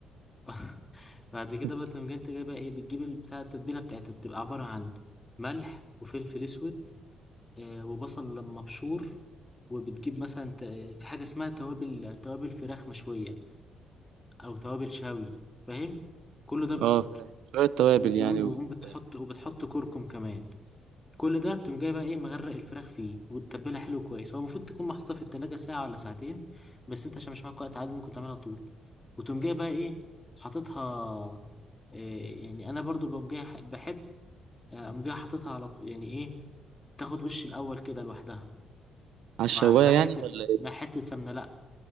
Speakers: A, on the left; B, on the right.
A: <laughs> بعد كده
B: <laughs>
A: بقى تقوم جاي انت جايبه ايه بتجيب البتاع التتبيله بتاعتها بتبقى عباره عن ملح وفلفل اسود آه وبصل لما مبشور وبتجيب مثلا ت- في حاجه اسمها توابل توابل فراخ مشويه او توابل شوي فاهم كل ده بتحطه
B: اه فاهم. شوية توابل
A: و-
B: يعني
A: و-
B: وبتاع
A: وبتحط وبتحط كركم كمان كل ده بتقوم جاي بقى ايه مغرق الفراخ فيه وتتبلها حلو كويس هو المفروض تكون محطوطه في التلاجة ساعه ولا ساعتين بس انت عشان مش معاك وقت عادي ممكن تعملها طول وتقوم جاي بقى ايه حاططها إيه يعني انا برضو بقوم جاي ح- بحب آه، اقوم جاي حاططها على طول يعني ايه تاخد وش الاول كده لوحدها
B: على
A: مع
B: الشواية
A: مع حته
B: يعني ولا
A: س-
B: ايه؟
A: مع حته سمنه لا